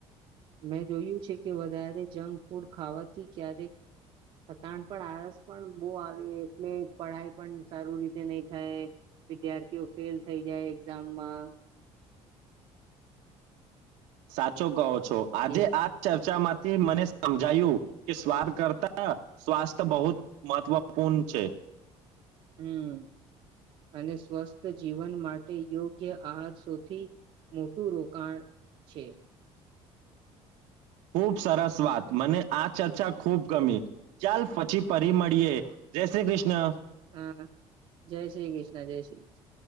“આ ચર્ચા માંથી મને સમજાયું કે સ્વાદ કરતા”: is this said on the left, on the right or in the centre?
Right